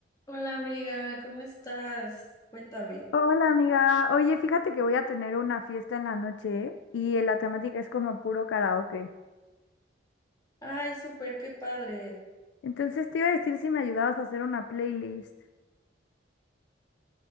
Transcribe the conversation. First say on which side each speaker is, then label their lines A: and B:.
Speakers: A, on the left (about 20°); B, on the left (about 70°).
A: Hola amiga, ¿cómo estás? Cuéntame.
B: Hola amiga, oye, fíjate que voy a tener una fiesta en la noche y la temática es como puro karaoke.
A: Ay, súper, qué padre.
B: Entonces te iba a decir si me ayudabas a hacer una playlist.